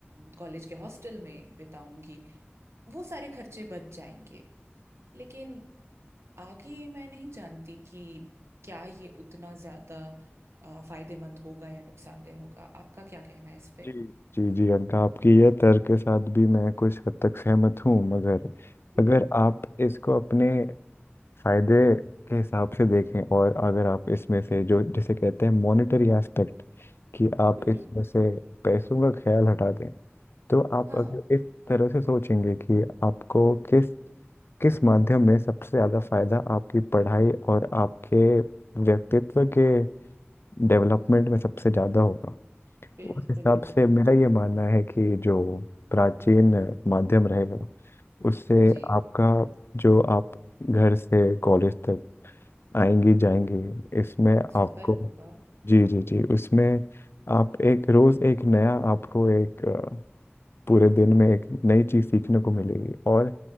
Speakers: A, on the right; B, on the left.
A: कॉलेज के हॉस्टल में बिताऊंगी वो सारे खर्चे बच जाएंगे लेकिन आगे मैं नहीं जानती कि क्या ये उतना ज्यादा अ, फायदेमंद होगा या नुकसानदेह होगा आपका क्या कहना है इस पे
B: जी जी जी अंका आपकी ये तर्क के साथ भी मैं कुछ हद तक सहमत हूँ मगर
A: हम्म
B: अगर आप इसको अपने फायदे के हिसाब से देखें और अगर आप इसमें से जो जिसे कहते हैं मॉनेटरी एस्पेक्ट कि आप
A: हम्म
B: इसमें से पैसों का ख्याल हटा दें तो आप
A: हाँ
B: अगर
A: हाँ
B: इस तरह से सोचेंगे कि आपको किस किस माध्यम में सबसे ज़्यादा फायदा आपकी पढ़ाई और आपके व्यक्तित्व के डेवलपमेंट में सबसे ज़्यादा होगा
A: बिल्कुल
B: उस हिसाब
A: बिल्कुल
B: से मेरा ये मानना है कि जो प्राचीन माध्यम रहेगा उससे
A: जी
B: आपका जो आप घर से कॉलेज तक आएंगी जाएंगी इसमें आपको
A: सफर होगा
B: जी जी जी उसमें आप एक रोज एक नया आपको एक अ, पूरे दिन में एक नई चीज सीखने को मिलेगी और